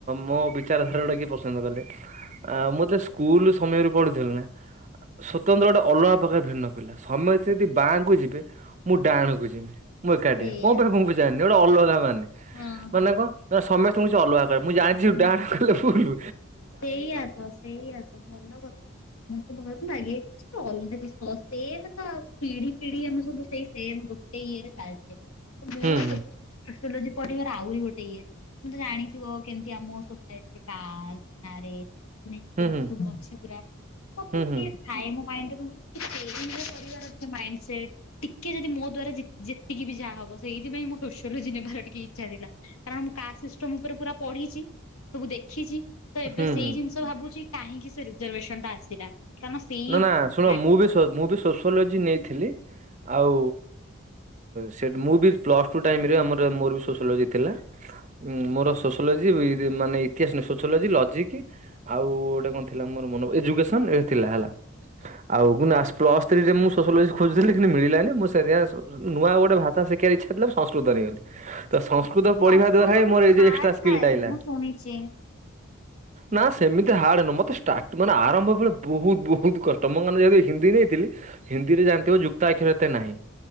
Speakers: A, on the right (about 35°); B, on the left (about 90°).
A: ମୋ ବିଚାରଧାରା ଟା କିଏ ପସନ୍ଦ କଲେ। ଆ ମୁଁ ଯେତବେଳେ ସ୍କୁଲ ସମୟରୁ ପଢୁଥିଲି ନା ସ୍ଵତନ୍ତ୍ର ଗୋଟେ ଅଲଗା ପ୍ରକାର ଭିନ୍ନ ପିଲା ସମସ୍ତେ ଯଦି ବାଙ୍କୁ ଯିବେ ମୁଁ ଡାହାଣକୁ ଜିମି ମୁଁ ଏକାଟିଆ।
B: ସେଇଆ
A: କଣ ପାଇଁ ମୁଁ ବି ଜାଣିନି ଗୋଟେ ଅଲଗା ମାନେ
B: ହଁ ହଁ।
A: ମାନେ କଣ ନା ସମସ୍ତେ ଙ୍କୁ କିଛି ଅଲଗା ମୁଁ ଜାଣିଛି
B: ହୁଁ।
A: ଡ଼ାହାଣା କଲେ ଭୁଲୁ।
B: ସେଇଆ ତ ସେଇଆ ତ ଭଲ କଥା ମୁଁ ତ ଘରୁ ମାଗେ। ଛି ତ ଅଲଗା ଦୋଷ ସେଆତ ପିଢି ପିଢି ଆମେ ସବୁ ସେଇ ସେମ ଗୋଟେ ଇଏରେ ଚାଲିଛେ। ମୋର
A: ହୁଁ ହୁଁ
B: ସେଗୁଡା ଜୁଲୋଜୀ ପଢିବାର ଆହୁରି ଗୋଟେ ଇଏ ତମେ ତ ଜାଣିଥିବ କେମିତି ଆମ ସୋସାଇଟିରେ କାଷ୍ଟ ମ୍ୟାରେଜ୍ ଏ ସବୁ ନେଇକି କେମିତି
A: ହୁଁ
B: ସବୁ ଅଛି ପୁରା ମତେ
A: ହୁଁ ହୁଁ
B: ଟିକେ
A: ହୁଁ
B: ଥାଏ ମୋ ମାଇଣ୍ଡ ରେ କଣ କଇଲ <unintelligible> କରିବାର ଟିକେ ମାଇଣ୍ଡ ସେଟ୍। ଟିକେ ଯଦି ମୋ ଦ୍ଵାର ଯେ-ଯେତିକି ବି ଯାହା ହବ ସେଇଥିପାଇଁ ମୁଁ ସୋସିଓଲୋଜି ନେବାର ଟିକେ ଇଚ୍ଛା ଥିଲା। କାରଣ ମୁଁ କାଷ୍ଟ ସିଷ୍ଟମ ଉପରେ ପୁରା ପଢିଛି ସବୁ ଦେଖିଛି। ତ ଏବେ
A: ହୁଁ
B: ସେଇ
A: ହୁଁ
B: ଜିନିଷ ଭାବୁଛି କାହିଁକି ସେ ରିଜର୍ଭେସନ ଟା ଆସିଲା? କାରଣ ସେଇ
A: ନା ନା ଶୁଣ
B: ବ୍ରେ
A: ମୁଁ ବି ସୋ ମୁଁ ବି ସୋସିଓଲୋଜି ନେଇଥିଲି। ଆଉ ସେ ମୁଁ ବି ପ୍ଲସ୍ ଟୁ ଟାଇମରେ ଆମର ମୋର ବି ସୋସିଓଲୋଜି ଥିଲା। ଉ ମୋର ସୋସିଓଲୋଜି ଇ ମାନେ ଇତିହାସ ନୁହେଁ ସୋସିଓଲୋଜି ଲଜିକ୍ ଆଉ ଗୋଟେ କଣ ଥିଲା ମୋର ମନେ ପ ଏଜୁକେସନ ଏ ଥିଲା ହେଲା। ଆଉ ଗୁନା ପ୍ଲସ୍ ଥ୍ରୀ ରେ ମୁଁ ସୋସିଓଲୋଜି ଖୋଜୁଥିଲି କିନ୍ତୁ ମିଳିଲାନି ମୁଁ ସେଥିପାଇଁ ନୂଆ ଗୋଟେ ଭା ଷା ଶିଖିବାର ଇଚ୍ଛା ଥିଲା ମୁଁ ସଂସ୍କୃତ ନେଇଗଲି। ତ ସଂସ୍କୃତ ପଢିବା
B: ସଂସ୍କୃତ
A: ଦ୍ଵାରା ହିଁ
B: ବହୁତ
A: ମୋର ଏଇ
B: ହାର୍ଡ
A: ଯଉ ଏକ୍ସଟ୍ରା ସ୍କିଲ୍
B: ଥାଏ
A: ଟା ଆଇଲା।
B: ମୁଁ ଶୁଣିଛି।
A: ନା ସେମିତି ହାର୍ଡ ନୁହଁ ମତେ ଷ୍ଟାର୍ଟ ମାନେ ଆରମ୍ଭ ବୁଳୁ ବହୁତ ବହୁ ବହୁତ କଷ୍ଟ ମୋ ମନେ ଯେହେତୁ ହିନ୍ଦୀ ନେଇଥିଲି ହିନ୍ଦୀ ରେ ଜାଣିଥିବ ଯୁକ୍ତା ଆକ୍ଷର ଏତେ ନାହିଁ।